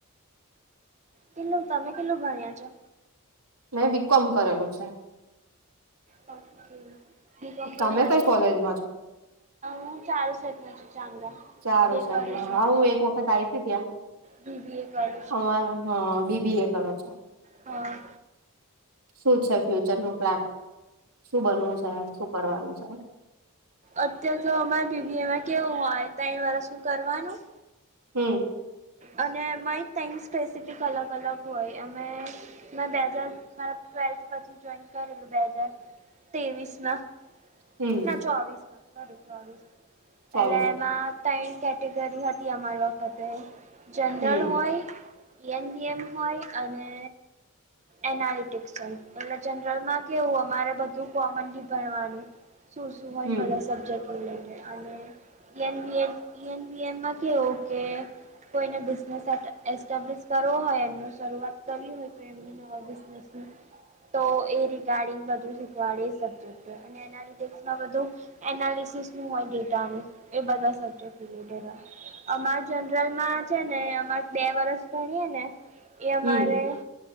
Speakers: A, on the right; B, on the right.
A: કેલું તમે કેલું ભણ્યા છો.
B: મેં બી કોમ કરેલું છે.
A: ઓકે <unintelligible> <unintelligible>
B: તમે
A: કરી માસ્ટર
B: કઈ કોલેજમાં છો.
A: હું ચારુ સેટ માં ચાંગા.
B: ચારુસેટ
A: બીબીએ કરું
B: માં
A: છું
B: હા હું એક વખત આઈ હતી ત્યાં.
A: બીબી એ કરું છું
B: અ હા બીબી એ કરો છો.
A: હા
B: શું છે. ફ્યુચર નું પ્લાન શું બનવું છે. શું કરવાનું છે.
A: અત્યાર તો અમારે બીબી એ માં કેવું હોય ત્રણ વર્ષ શું કરવાનું.
B: હું.
A: અને મય ટમ સ્પેસિફિક અલગ અલગ હોય અમે મે બે હજાર મારા ટૂવેલ્થ માં પછી જોઈન કરેલું બે હજાર ત્રેવીસમાં.
B: હમ
A: ના ચોવીસ માં સોરી સોરી ચોવીસ
B: ચોવીસમી
A: એટલે એમાં. ત્રણ કેટેગરી હતી અમારી વખતે જનરલ
B: હમ
A: હોય. નવી એમ હોય અને એનાલિટિકસ હોય એટલે જનરલ માં કેવું અમારે બધું કોમનલી ભણવાનું. શું શું હોય
B: હમ
A: ને બ સબ્જેક્ટ રિલેટેડ અને ઇ એન બી એ ઇ એન બી એમમાં કવું કે. કોઈને બિઝનેસ એસ્ટાબ્લસ કરવો હોય એમનું શરૂઆત કરવી હોય તો એ રિગાર્ડિંગ બધું શીખવાડે સબજેક્ટ. એનાિટેક્સમાં વધુ. એનાલિસસ નું હોય ડેટા ન એ બધા સબ્જેક્ટ રિટેડ હોય અમાર લમાં છે. ને અમારે બે વર્ષ ભણીએ ને એ અમારે
B: હમ